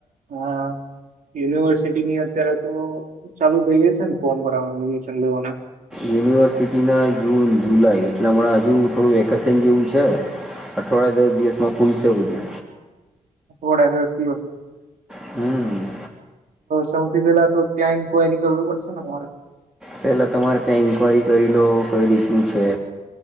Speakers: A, on the right; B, in the centre.
A: હ યુનિવર્સિટી ની અત્યારે તો ચાલુ થઈ હશે ને ફોર્મ ભરવાનું એડમિશન લેવાના.
B: યુનિવર્સિટી ના જૂન જુલાઈ એટલે હમણાં હજુ થોડું વેકેશન જેવું છે અઠવાડ દસ દિવસમાં પુલસે બધી
A: થડા દિવસ દિવસ
B: હમ
A: સૌથી પેલા તો ત્યાં ઇન્કવાયરી કરવી પડશે ને મારે
B: પેલા તમારે ત્યાં ન્કવાયરી કરી લો કઈ રીતનું છે